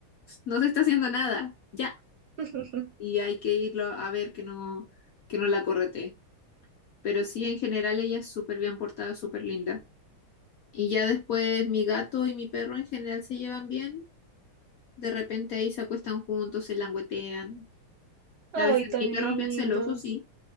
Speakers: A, on the left (about 75°); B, on the right (about 65°).
A: no te está haciendo nada, ya.
B: <laughs>
A: Y hay que irlo a ver que no, que no la corretee. Pero sí, en general ella es súper bien portada, súper linda. Y ya después mi gato y mi perro en general se llevan bien. De repente ahí se acuestan juntos, se languetean.
B: Ay,
A: A veces
B: tan
A: mi perro
B: lindos.
A: es bien celoso, sí